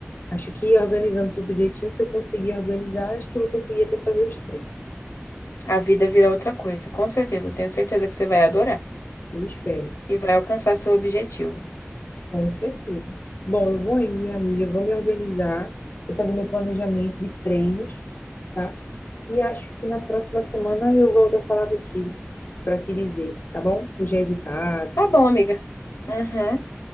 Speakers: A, on the left; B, on the left.
A: Acho que organizando tudo direitinho, se eu conseguir organizar, acho que eu vou conseguir até fazer os três.
B: A vida vira outra coisa, com certeza. Eu tenho certeza que você vai adorar
A: Eu espero.
B: e vai alcançar seu objetivo.
A: Com certeza. Bom, eu vou aí minha amiga, eu vou me organizar, vou fazer meu planejamento de treinos, tá? E acho que na próxima semana eu volto a falar contigo para te dizer, tá bom? Os resultados.
B: Tá bom, amiga. Uhum.